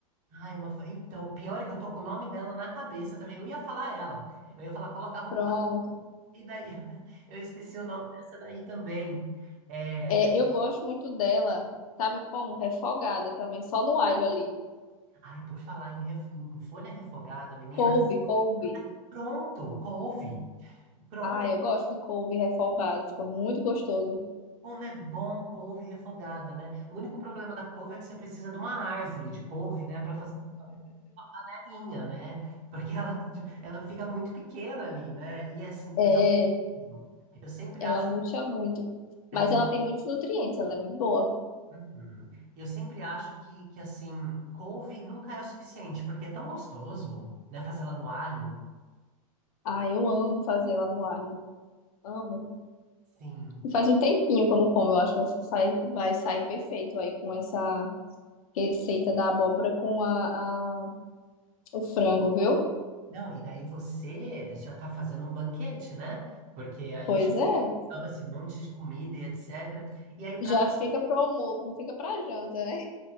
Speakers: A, on the right (about 40°); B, on the left (about 75°).
A: Ai, uma... fa- Então, pior é que eu tô com o nome dela na cabeça também. Eu ia falar ela. Eu ia falar, coloca a rúcula.
B: Pronto.
A: E daí, <laughs> eu esqueci o nome dessa daí também. É...
B: É, eu gosto muito dela, sabe como? Refogada também, só no alho ali.
A: Ai, por falar em, ref- em folha refogada, menina.
B: Couve, couve.
A: Pronto, couve. pronto
B: Ah, eu gosto de couve refogada, fica muito gostoso.
A: Como é bom couve refogada, né? O único problema da couve é que você precisa de uma árvore de couve, né, para fazer uma uma panelinha, né? Porque ela, ela fica muito pequena ali, né? E assim, e
B: É,
A: é tão gostoso. Eu sempre
B: ela
A: acho
B: murcha muito.
A: ela
B: Mas
A: mu-
B: ela tem muitos nutrientes, ela é muito boa.
A: Uhum. E eu sempre acho que, que assim, couve nunca é o suficiente, porque é tão gostoso, né, fazer ela no alho.
B: Ah, eu amo fazer ela no alho. Amo.
A: Sim.
B: E Faz um tempinho que eu não como. Eu acho que vai sair, vai sair perfeito aí com essa receita da abóbora com a, a- o frango, viu?
A: Não, e daí você já tá fazendo um banquete, né? Porque aí
B: Pois
A: já
B: é.
A: dão esse monte de comida e etc. E aí, para
B: Já fica pro almoço, não fica pra janta, né?